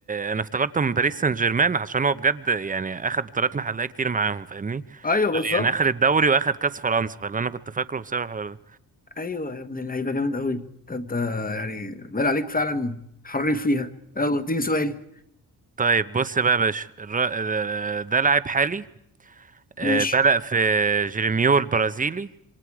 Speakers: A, on the right; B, on the left.
A: آه، انا افتكرته من باريس سان جيرمان عشان هو بجد يعني اخد بطولات محلية كتير معاهم فاهمني
B: ايوه بالظبط
A: يعني اخد الدوري واخد كاس فرنسا فاللي انا كنت فاكره بسبب
B: ايوه يا ابن اللعيبه جامد قوي ده انت يعني بال عليك فعلا حريف فيها يلا اديني سؤالي
A: طيب بص بقى يا باشا الر- آه، ده لاعب حالي آه،
B: ماشي
A: بدأ في جيرميو البرازيلي